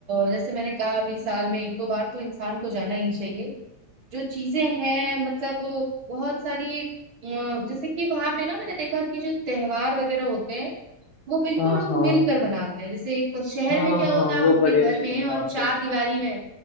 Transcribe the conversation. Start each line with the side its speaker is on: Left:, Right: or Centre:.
Right: अ, जैसे मैंने कहा अभी साल में एक दो बार तो इंसान को जाना ही चाहिए जो चीजें हैं मतलब बहुत सारी अ, जैसे कि वहां पे ना मैंने देखा कि जो त्योहार वगैरह होते हैं वो बिल्कुल
Left: हाँ
Right: लोग
Left: हाँ
Right: मिलकर बनाते हैं जैसे एक शहर
Left: हाँ
Right: में क्या होता
Left: हाँ
Right: है
Left: वो
Right: आप अपने
Left: बड़े
Right: घर
Left: अच्छे
Right: में
Left: से मनाते
Right: हैं और चार
Left: हैं
Right: दिवाली में